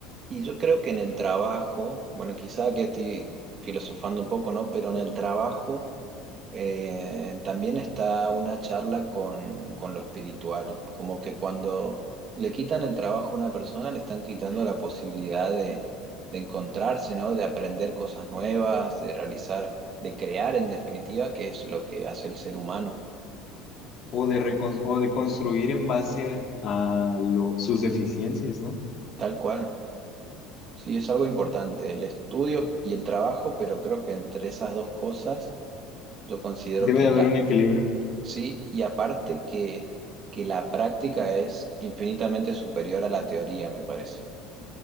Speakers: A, on the right; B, on the left.
A: y yo creo que en el trabajo, bueno, quizá que estoy filosofando un poco, ¿no? Pero en el trabajo eh, también está una charla con, con lo espiritual, como que cuando le quitan el trabajo a una persona, le están quitando la posibilidad de, de encontrarse, ¿no? De aprender cosas nuevas, de realizar, de crear en definitiva, que es lo que hace el ser humano,
B: o de, recon- o de construir en base a lo- sus deficiencias, ¿no?
A: tal cual. Sí, es algo importante, el estudio y el trabajo, pero creo que entre esas dos cosas yo considero
B: Debe
A: que
B: de haber
A: la,
B: un equilibrio.
A: sí, y aparte que, que la práctica es infinitamente superior a la teoría, me parece.